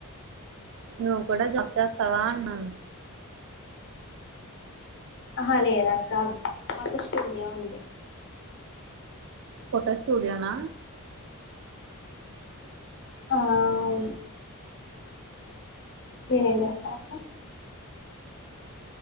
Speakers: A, on the right (about 55°); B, on the left (about 55°).
A: నువ్వు కూడా జాబ్ చేస్తావా అంటున్
B: అహా లేదక్క మాకు స్టూడియో ఉంది
A: ఫోటో స్టూడియోనా
B: ఆ అవును మీరెం ఏం జేస్తారు అక్క